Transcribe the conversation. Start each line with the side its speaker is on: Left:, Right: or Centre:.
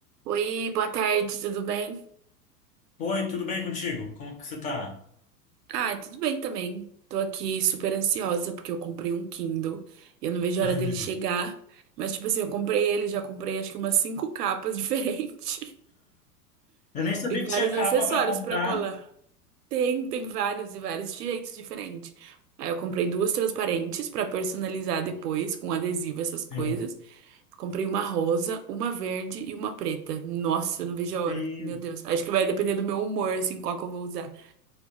Right: Oi, boa tarde, tudo bem?
Left: Oi, tudo bem contigo? Como que você tá?
Right: Ah, tudo bem também. Tô aqui super ansiosa porque eu comprei um Kindle e eu não vejo a
Left: Ai,
Right: hora dele
Left: meu Deus.
Right: chegar. Mas, tipo assim, eu comprei ele, já comprei acho que umas cinco capas <laughs> diferentes
Left: Eu nem sabia
Right: e vários
Left: que tinha capa
Right: acessórios
Left: pra comprar.
Right: pra colar. Tem, tem vários e vários de jeitos diferentes. Aí eu comprei duas transparentes pra personalizar depois com adesivo, essas coisas.
Left: Meu
Right: Comprei uma rosa, uma verde e uma preta. Nossa, eu não vejo a hora.
Left: Deus,
Right: Meu Deus. Acho que vai depender do meu humor, assim, qual que eu vou usar.